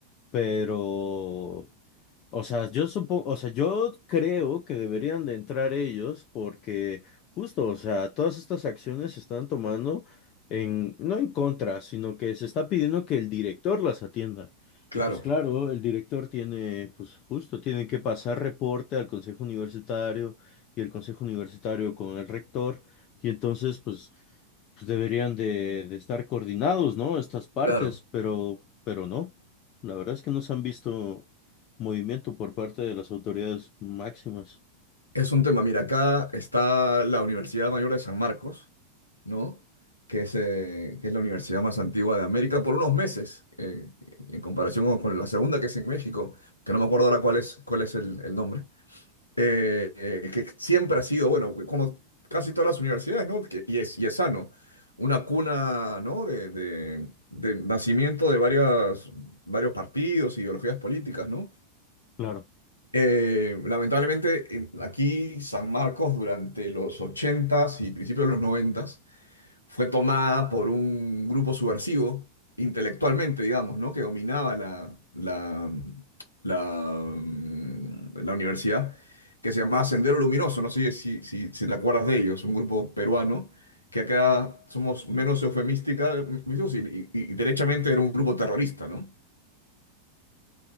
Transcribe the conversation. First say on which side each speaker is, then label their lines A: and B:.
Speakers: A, on the left; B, on the left.
A: pero O sea, yo supongo, o sea, yo creo que deberían de entrar ellos porque justo, o sea, todas estas acciones se están tomando en, no en contra, sino que se está pidiendo que el director las atienda. Y
B: Claro,
A: pues claro, el director tiene, pues justo, tiene que pasar reporte al consejo universitario y el consejo universitario con el rector. Y entonces, pues, pues deberían de, de estar coordinados, ¿no? Estas partes,
B: claro.
A: pero, pero no. La verdad es que no se han visto movimiento por parte de las autoridades máximas.
B: Es un tema, mira, acá está la Universidad Mayor de San Marcos, ¿no? Que es, eh, que es la universidad más antigua de América por unos meses, eh, en comparación con, con la segunda que es en México, que no me acuerdo ahora cuál es, cuál es el, el nombre, Eh, eh, que siempre ha sido, bueno, como casi todas las universidades, ¿no? Que- y es, y es sano, una cuna, ¿no? De, de- de nacimiento de varias, varios partidos, ideologías políticas, ¿no?
A: Claro.
B: Eh, lamentablemente, en- aquí San Marcos durante los ochentas y principios de los noventas fue tomada por un grupo subversivo, intelectualmente, digamos, ¿no? Que dominaba la, la, mm, la, mm, la universidad, que se llamaba Sendero Luminoso, no sé si, si, si te acuerdas de ellos, un grupo peruano, que acá somos menos eufemística, mm, y, y y derechamente era un grupo terrorista, ¿no?